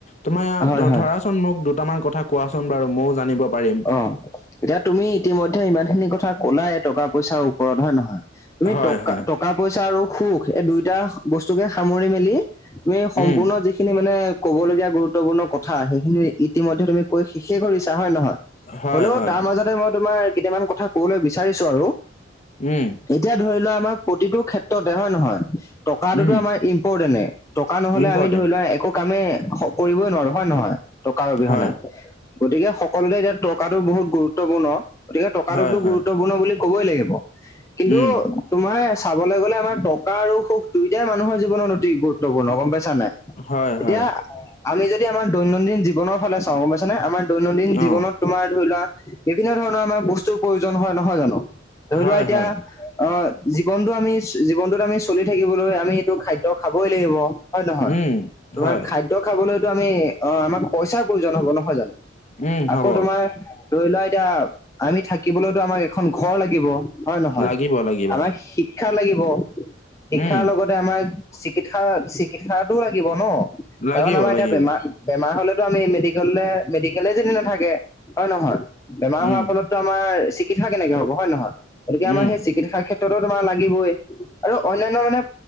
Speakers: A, on the left; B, on the left.
A: তোমাৰ ইয়াত
B: হয় হয়
A: ধৰাচোন মোক দুটামান কথা কোৱাচোন বাৰু ময়ো জানিব পাৰিম।
B: অ, এতিয়া তুমি ইতিমধ্যে ইমান খিনি কথা কলাই টকা পইচাৰ ওপৰত হয়ে নহয়। তুমি
A: হয়
B: টকা
A: হয়
B: টকা পইচা আৰু সুখ এই দুইটা বস্তুসামৰি মেলি তুমি সম্পূৰ্ণ
A: উম
B: যিখিনি মানে ক'বলগীয়া গুৰুত্বপূৰ্ণ কথা সেইখিনি ইতিমধ্যয়ে তুমি ক শেষ কৰিছা হয় নে নহয়।
A: হয়
B: হলেও
A: হয়
B: তাৰ মাজতে মই তোমাৰ কেইটামান কথা কবলৈ বিচাৰিছো আৰু।
A: উম,
B: এতিয়া ধৰি লোৱা আমাৰ প্ৰতিটো ক্ষেত্ৰতে হয় নহয় টকাটোতো
A: উম
B: আমাৰ ইম্পৰ্টেণ্টে। টকা নহলে
A: ইম্পৰ্টেণ্ট
B: আমি ধৰি লোৱা একো কামেই কৰিবই নোৱাৰো হয় নে নহয় টকাৰ অবিহনে।
A: হয়
B: গতিকে সকলোতে এতিয়া টকাতটো বহুত গুৰুত্বপূৰ্ণ গতিকে টকাটোকো
A: হয় হয়
B: গুৰুত্বপূৰ্ণ বুলি কবই লাগিব কিন্তু
A: উম
B: তোমাৰ চাবলৈ গ'লে আমাৰ টকা আৰু সুখ দুয়োটাই মানুহৰ জীৱনত অতি গুৰুত্বপূৰ্ণ গম পাইছা নাই।
A: হয়
B: এতিয়া
A: হয়
B: আমি যদি আমাৰ দৈনন্দিন জীৱনৰ ফালে চাওঁ, গম পাইছা নে আমাৰ দৈনন্দিন জীৱনত
A: অ
B: তোমাৰ ধৰি লোৱা বিভিন্ন ধৰণৰ আমাৰ বস্তুৰ প্ৰয়োজন হয়, নহয় জানো? ধৰি
A: হয়
B: লোৱা এতিয়া
A: হয়
B: অ জীৱনটো আমি জীৱনটোত আমি চলি থাকিবলৈ আমি সেইটো খাদ্য খাবই লাগিব। হয় নহয়?
A: উম
B: তোমাৰ
A: হয়
B: খাদ্য খাবলৈতো আমি অ আমাক পইচাৰ প্ৰয়োজন হ'ব, নহয় জানো?
A: উম,
B: আকৌ
A: হব।
B: তোমাৰ ধৰি লোৱা এতিয়া আমি থাকিবলৈতো আমাক এখন ঘৰ লাগিব। হয় নহয়
A: লাগিব লাগিব
B: আমাক শিক্ষা লাগিব শিক্ষাৰ
A: উম,
B: লগত আমাৰ চিকিৎসা - চিকিৎসাটো লাগিব ন
A: লাগিব
B: কাৰণ আমাৰ এতিয়া
A: লাগিব।
B: বেমাৰ। বেমাৰ হ'লেতো আমি মেডিকেললে মেডিকেলে যদি নাথাকে, হয় নহয়? বেমাৰ হোৱাৰ
A: উম,
B: ফলত টো আমাৰ চিকিৎসা কেনেকে হ'ব, হয় নহয়? গতিকে আমাৰ
A: উম,
B: সেই চিকিৎসা ক্ষেত্ৰত তেতিয়াটো তোমাৰ লাগিবই আৰু অনান্য মানে